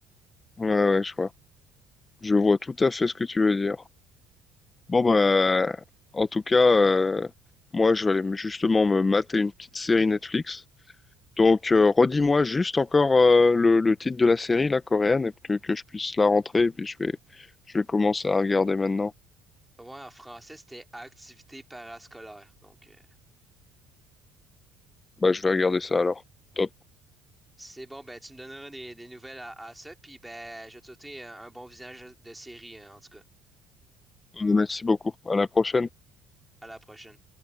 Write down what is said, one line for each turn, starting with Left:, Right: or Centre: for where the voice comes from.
Left: Ouais, ouais, je vois. Je vois tout à fait ce que tu veux dire. Bon, bah, en tout cas, euh, moi, je vais aller me- justement me mater une petite série Netflix. Donc, euh, redis-moi juste encore euh, le, le titre de la série, la coréenne, et que, que je puisse la rentrer, et puis je vais, je vais commencer à regarder maintenant.
Centre: Ouais, en français, c'était activité parascolaire. Donc, euh,
Left: Bah, je vais regarder ça alors. Top.
Centre: c'est bon, ben, tu me donneras des, des nouvelles à, à ça. Puis, ben, je vais te souhaiter euh, un bon visage de série, euh, en tout cas.
Left: Euh, Merci beaucoup. À la prochaine.
Centre: À la prochaine.